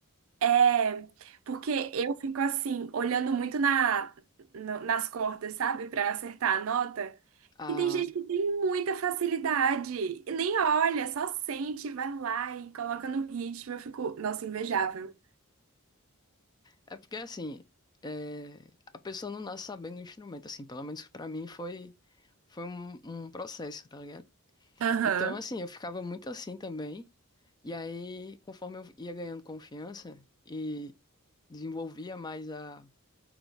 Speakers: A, on the right; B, on the left.
A: é porque eu fico assim, olhando muito na, na- nas cordas, sabe, Pra acertar a nota.
B: Ah,
A: E tem gente que tem muita facilidade, e nem olha, só sente, vai lá e coloca no ritmo. Eu fico, nossa, invejável.
B: é porque assim, é, a pessoa não nasce sabendo o instrumento, assim, pelo menos pra mim foi, foi um, um processo, tá ligado?
A: Aham.
B: Então, assim, eu ficava muito assim também. E aí, conforme eu ia ganhando confiança e desenvolvia mais a